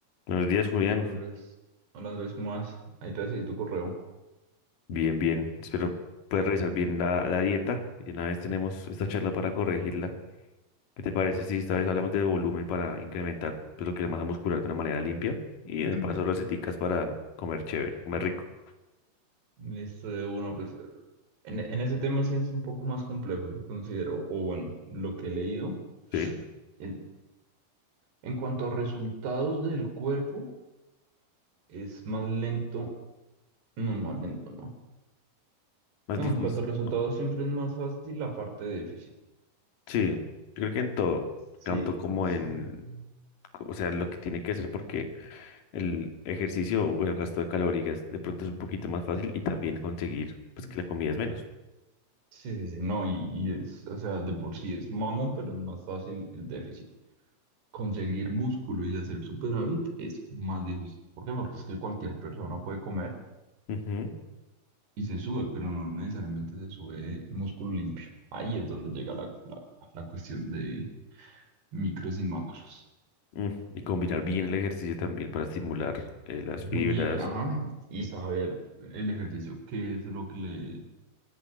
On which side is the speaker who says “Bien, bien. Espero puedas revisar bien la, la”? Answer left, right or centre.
Left